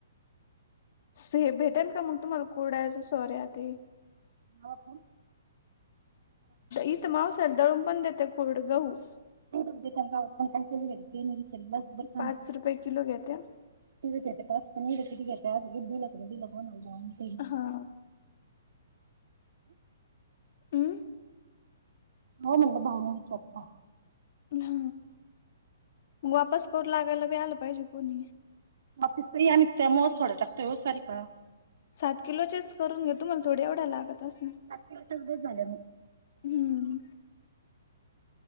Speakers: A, on the left; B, on the right.
A: हे भेटेन का मग तुम्हाला, कुरडायचा सॉर्या ते.
B: होका...
A: इथं मावशी य दळून पण देते कुड गहू.
B: गाव पण काय केले नाही, तास बर थामली्
A: पाच रुपये किलो घेत्या
B: <unintelligible> पनीर त क गिी लगग म्हणुन. <unintelligible>
A: हा... हंं...
B: हो म्हटलं भाव न विचारता.
A: हा, मग वापस करू लागायला बी आल पाहिजे कोणी.
B: बाकी स आमित त्या म सारीका.
A: सात किलोचेच करून घेतो, तुम्हाला थोड्या एवढ्या लागत असन.
B: सात किलो उद्याच झाल्या मग.
A: हम्म...